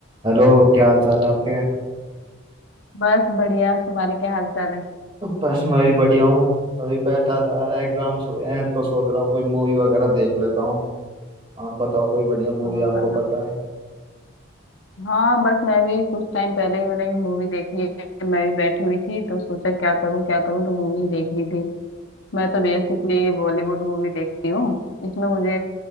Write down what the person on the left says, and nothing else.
बस बढ़िया तुम्हारे क्या हाल चाल है
और
हाँ बस मैं भी कुछ टाइम पहले ही मैंने भी मूवी देखी है मैं भी बैठी हुई थी तो सोचा क्या करूँ क्या करूँ तो मूवी देख ली थी मैं तो बेसिकली बॉलीवुड मूवी देखती हूँ इसमें मुझे